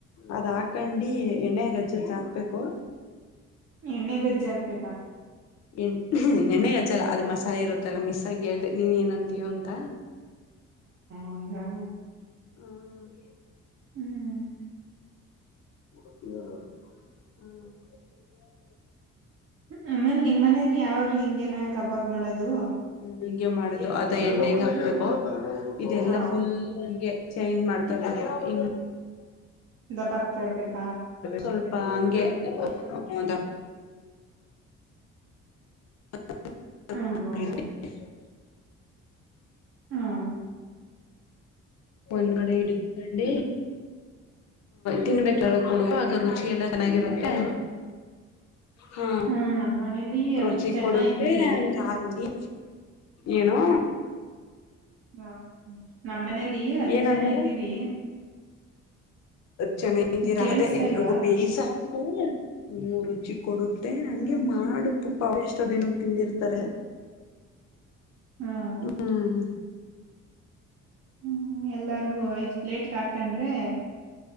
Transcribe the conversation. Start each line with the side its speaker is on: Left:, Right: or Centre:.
Left: ಅದ್ ಹಾಕಂಡಿ ಎಣ್ಣೆ ಗಜ್ಜಜ್ದ್ ಹಾಕ್ಬೇಕು
Right: ಎಣ್ಣೆ ಗಜ್ಜೆ ಹಾಕ್ಬೇಕಾ
Left: ಎ ಎಣ್ಣೆೆಗೆ ಅಜ್ಜಲ್ಲ ಅದ್ ಮಸಾಲೆ ಇರುತ್ತಲ್ಲಾ ಮಿಸ್ಗಿ ಹೇಳ್ದೆ ನೀನ್ ಏನಂತೀಯೋ ಅಂತ
Right: ಹಂಗ ಹಾ ಹಾ
Left: ಹ್ಮ್
Right: ಹ್ಮ್
Left: ಹ
Right: ಹ ಆಮೇಲೆ ನಿಮ್ ಮನೇಲಿ ಯಾವಾಗ್ಲ ಹಿಂಗೆೇನ ಕಬಾಬ್ ಮಾಡೋದು
Left: ಹ್ಮ ಹಿಂಗೆ ಮಾಡುದು ಅದ ಎಣ್ಣಗ ಹಾಕ್ಬೇಕು ಇದೆಲ್ಲಾ
Right: ಹಾ
Left: ಫುಲ್ ಹಂಗೆ ಚೇಂಜ್ ಮಾಡ್ತಬೇಕು ಹ
Right: ದಬಕ್ತಾ ಇರ್ಬೇಕು
Left: ಸ್ವಲ್ಪ ಹಂಗೆದ <unintelligible>
Right: ಹ್ಮ್ ಹ್ಮ್ ಹ್ಮ್
Left: ಒಂದ್ ಕಡೆ ಹಿಡ್ಕಂಡು ತಿನ್ಬೇಕ ಕೊಡ ಆ ರುಚಿ ಎಲ್ಲ ಚೆನ್ನಾಗಿರುತ್ತೆ ಹಾ
Right: ಹ್ಮ್ ನಮ್ ಮನೇಲಿ ಹತ್
Left: ರುಚಿ
Right: ಜನ
Left: ಕೊಡುತ್ತೆ
Right: ಇದ್ದೀವಿ
Left: ಹಂಗ ಆಗಿ ಏನು
Right: ಹಾ ನಮ್ಮ ಮನೇಲಿ ಹತ್
Left: ಏನಂದಲ್ಲ
Right: ಜನ ಇದ್ದೀವಿ
Left: ಚೆನ್ನಾಗಿರಗದೆ
Right: ಕೇಳಿಸ್ತಾ
Left: ಎಲ್ರಿಗೂ
Right: ಇಲ್ವಾ
Left: ಬೇಯ್ಸ ಹಾಕು ಹ ರುಚಿ ಕೊಡ ಮತ್ತೆ ಹಂಗೆ
Right: ಹ್ಮ್
Left: ಮಾಡುಕ್ ಪಪ್ಪ ಎಷ್ಟೋ ದಿನಕ್ಕೆ ತಿಂದಿರ್ತಾರೆ
Right: ಹಾ
Left: ಹ್ಮ್
Right: ಹ್ಮ್ ಎಲ್ಲಾರ್ಗು ಐದ್ ಪ್ಲೇಟ್ಗೆ ಹಾಕಂಡ್ರೆ